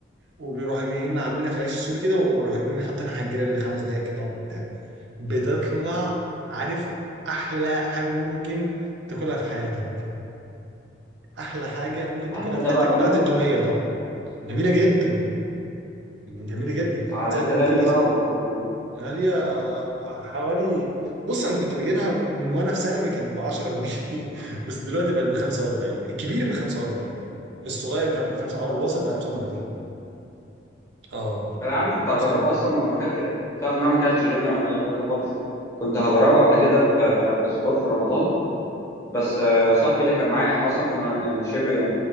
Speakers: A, on the right (about 80°); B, on the left (about 15°).
A: وبيروحوا جايين عاملينها في العيش السوري كده وراح جايين حاطينها على الجريل خمس دقايق كده ولا بتاع بتطلع عارف احلى حاجه ممكن تاكلها في حياتك احلى حاجه ممكن تاكلها
B: على كده
A: في حياتك
B: بقى غاليه
A: بعد التوميه طبعا جميله جدا جميله جدا
B: على
A: زائد
B: كده
A: ان
B: غاليه
A: في
B: بقى ولا ايه الدنيا
A: غاليه حوالي بص انا كنت بجيبها من وانا في ثانوي كانت ب 10 جنيه <laughs> بس دلوقتي بقت ب 45 الكبير ب 45 الصغير مش عارف ب 5 او
B: 45
A: الوسط ب 35 اه
B: انا يا عم كنت
A: 45
B: هجربها اصلا ما ما كانت تعرف ان انا ما اكلتش جبنه مقليه قبل كده خالص كنت هجربها قبل كده في في سحور في رمضان بس آه، صاحبي اللي كان معايا احنا اصلا كنا يعني شبه